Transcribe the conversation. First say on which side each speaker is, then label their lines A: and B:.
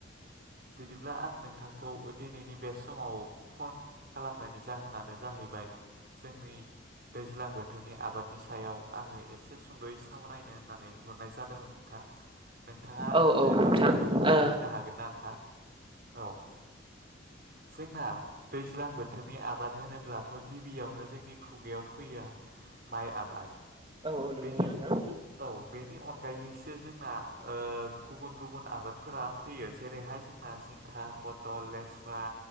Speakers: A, on the right; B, on the right.
A: बिदिब्ला आं नोंथांखौ दिनैनि बे समाव फन खालामनायनि जाहोनानो जाहैयो। जाहैबाय जोंनि। दैज्लां बोथोरनि आबादनि सायाव आङो एसे सुंद'यै सावरायनो होननानै हरनाय जादोंमोन नोंथां। नोंथाङा
B: औ
A: आंनो
B: औ नोंथां
A: दसे समखौ
B: ओ
A: होनो हागोन ना नोंथां। औ। जोंना दैज्लां बोथोरनि आबाद होनोब्लाथ' गिबियावनो जोंनि। खुगायाव फैयो माइ आबाद।
B: औ औ
A: बेनि
B: नंगौ नोंथां।
A: औ बेनि अनगायैसो जोंना गुबुन गुबुन आबाद फोरा फैयो जेरैहाय जों जिंखा पथल लेस्रा